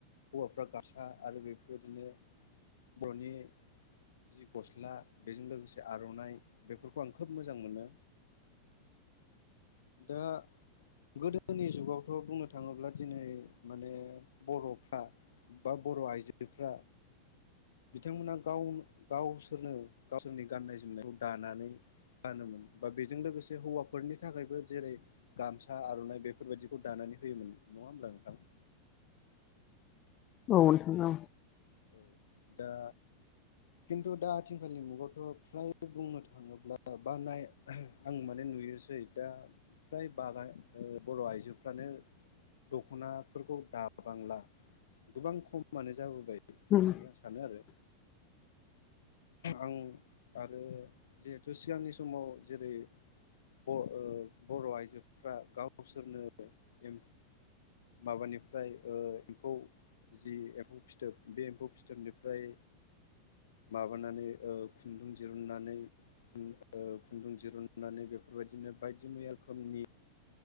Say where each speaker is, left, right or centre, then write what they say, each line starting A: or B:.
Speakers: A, on the left (about 65°); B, on the left (about 30°).
A: हौवाफ्रा गासा आरो बेफोरबायदिनो बर'नि जि गस्ला बेजों लोगोसे आर'नाइ बेफोरखौ आं खोब मोजां मोनो। दा गोदोनि जुगावथ' बुंनो थाङोब्ला दिनै माने बर'फ्रा बा बर' आइजोफ्रा बिथांमोना गाव गावसोरनो गावसोरनि गाननाय जोमनायखौ दानानै गानोमोन बा बेजों लोगोसे हौवाफोरनि थाखायबो जेरै गामसा आर'नाइ बेफोरबायाददिखौ दानानै होयोमोन नङा होमब्ला नोंथां?
B: औ <unintelligible>
A: औ दा खिन्थु दा आथिंखालनि मुगायावथ' फ्राय बुंनो थाङोब्ला बा नाय आं माने नुयोसै दा फ्राय बागान बर' आइजोफ्रानो दख'नाफोरखौ दाबांला गोबां खमानो जाबोबाय।
B: उम
A: होननानै आं सानो आरो आं आरो जिहेथु सिगांनि समाव जेरै ब ओ बर' आइजोफ्रा गावसोरनो माबानिफ्राय ओ एम्फौ जि एम्फौ फिथोब। बे एम्फौ फिथोबनिफ्राय माबानानै खुन्दुं दिरुननानै ओ खुन्दुं दिरुुननानै बेफोरबायदिनो बायदि मैया रोखोमनि